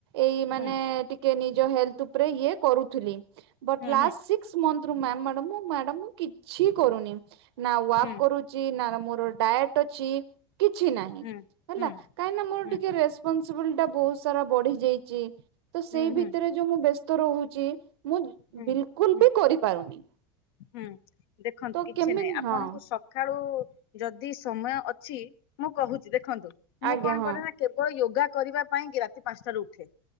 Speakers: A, on the right; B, on the left.
A: ଏଇ ମାନେ
B: ହୁଁ
A: ଟିକେ ନିଜ ହେଲ୍ଥ ଉପରେ ଇଏ କରୁଥିଲି। ବଟ
B: ହୁଁ ହୁଁ
A: ଲାଷ୍ଟ ସିକ୍ସ ମନ୍ଥ ରୁ ମାମ ମ୍ୟାଡ଼ମ ମୁଁ ମ୍ୟାଡ଼ାମ ମୁଁ କିଛି କରୁନି। ନା ୱାକ୍
B: ହୁଁ
A: କରୁଛି ନା ମୁ ଡାଏଟ୍ ଅଛି କିଛି ନାହିଁ
B: ହୁଁ
A: ହେଲା
B: ହୁଁ
A: କାହିଁକି ନା ମୋର
B: ହୁଁ
A: ଟିକେ ରେପନସିବୁଲ୍ ଟା ବହୁତ ସାରା ବଢି ଯାଇଚି ତ ସେଇ
B: ହୁଁ ହୁଁ ହୁଁ
A: ଭିତରେ ଯୋଉ ମୁଁ ବେସ ତ ରହୁଚି ମୁଁ
B: ହୁଁ
A: ବିଲକୁଲ
B: ହୁଁ
A: ବି କରିପାରୁନି।
B: ହୁଁ। ଦେଖନ୍ତୁ
A: ତ
B: କିଛି
A: କେମିତି
B: ନାହିଁ ଆପଣଙ୍କୁ
A: ହଁ
B: ସକାଳୁ ଯଦି ସମୟ ଅଛି ମୁଁ କହୁଛି ଦେଖ ଖନ୍ତୁ ମୁଁ
A: ଆଜ୍ଞା
B: କଣ
A: ହଁ
B: କରେ ନା କେବଳ ୟୋଗା କରିବା ପାଇଁ କି ରାତି ପାଞ୍ଚଟାରୁ ଉଠେ।